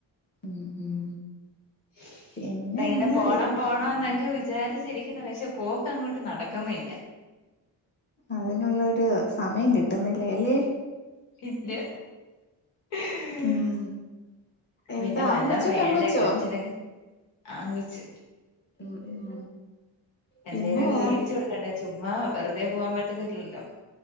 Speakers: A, on the left (about 25°); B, on the left (about 80°).
A: ഉം ഉം
B: <unintelligible>
A: പിന്നെ എന്താ
B: പോണം പോണോംന്നൊക്കെ വിചാരിച്ചിരിക്കുണു പക്ഷേ പോക്ക് അങ്ങോട്ട് നടക്കുന്നില്ല
A: അതിനുള്ളൊരു സമയം കിട്ടുന്നില്ലല്ലിയോ
B: ഇല്ല്യ <unintelligible>
A: ഉം എന്താ
B: പിന്നെ വല്ലോം
A: ആങ്കൊച്ചോ
B: വേണ്ടേ
A: പെങ്കൊച്ചോ?
B: കൊച്ചിനൊക്കെ ആൺകൊച്ച്
A: ഉം ഉം
B: എന്തേലൊക്കെ
A: പിന്നെ വേറെ
B: വേടിച്ചു കൊടുക്കണ്ടേ ചുമ്മാ വെറുതെ പോവാൻ പറ്റത്തില്ലല്ലോ